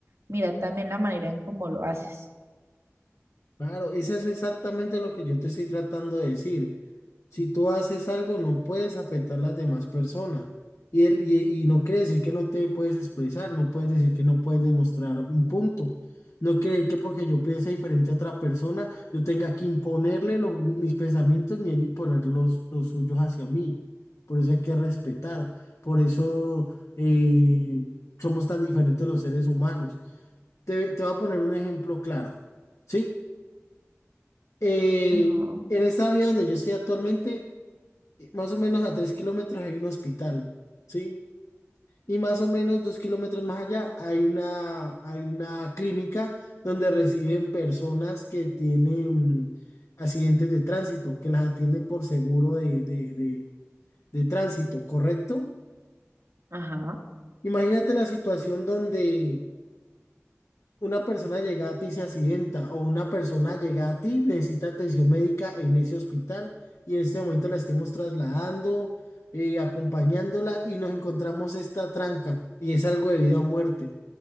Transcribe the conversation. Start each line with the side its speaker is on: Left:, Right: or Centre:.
Right: mira también la manera en cómo lo haces.
Left: Claro, eso es exactamente lo que yo te estoy tratando de decir. Si tú haces algo, no puedes afectar a las demás personas. Y, él, y, y no quiere decir que no te puedes expresar, no puedes decir que no puedes demostrar un punto. No quiere que porque yo piense diferente a otra persona, yo tenga que imponerle lo- mis pensamientos ni él imponer los, los suyos hacia mí. Por eso hay que respetar. Por eso eh, somos tan diferentes los seres humanos. Te, te voy a poner un ejemplo claro. ¿Sí? Eh,
Right: Ajá,
Left: en esta vía donde yo estoy actualmente, eh, más o menos a tres kilómetros hay un hospital, ¿sí? Y más o menos dos kilómetros más allá hay una, hay una clínica donde reciben personas que tienen accidentes de tránsito, que las atienden por seguro de, de, de, de tránsito, ¿correcto?
Right: ajá.
Left: Imagínate la situación donde una persona llega a ti y se accidenta o una persona llega a ti, necesita atención médica en ese hospital y en este momento la estemos trasladando, eh, acompañándola y nos encontramos esta tranca y es algo de vida o muerte.